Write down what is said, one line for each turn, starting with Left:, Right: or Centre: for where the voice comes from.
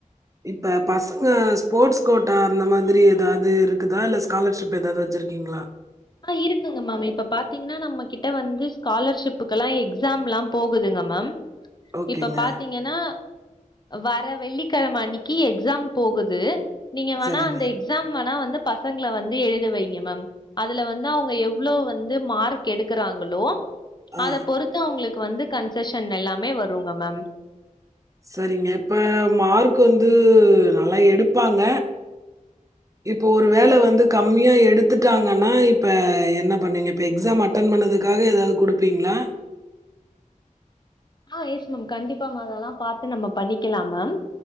Right: இப்ப பசங்க ஸ்போர்ட்ஸ் கோட்டா அந்த மாதிரி எதாவது இருக்குதா இல்ல ஸ்காலர்ஷிப் எதாவது வச்சிருக்கீங் ங்களா
Left: ஆ இருக் மேம் இப்ப பாத்தீங்னா நம்ம கிட்ட வந்து ஸ்காலர்ஷிப்புக்கு எல்லா எக்ஸாம்லா போகுதுங்க மேம்
Right: ஓகேங்க.
Left: இப்ப பாத்தீ ஏனா வர வெள்ளிக்கிழம அன்னிக்கி எக்ஸாம் போகுது நீங்க வேணா
Right: சரிங்க.
Left: அந்த எக்ஸாம் வேணா வந்து பசங்கள வந்து எழுத வைங்க மேம் அதுல வந்து அவங்க எவ்ளோ வந்து மார்க் எடுக்கிறாங்களோ
Right: ஆ.
Left: அத பொறுத் அவங்களுக்கு வந்து கன்செஷன் எல்லாமே வருங்க மேம்
Right: சரிங்க இப்ப மார்க் வந்து நல்லா எடுப்பாங்க இப்போ ஒரு வேல வந்து கம்மியா எடுத்துட்டாங்கனா இப்ப என்ன பண்ணீங்க இப்ப எக்ஸாம் மாட் ரன் பண்ணதுக்காக ஏதாவது குடுப்பீங்ளா
Left: ஆஹ் எஸ் மேம் கண்டிப்பா மேம் அதெல்லா பாத்து நம்ம பண்ணிக்கலா மேம்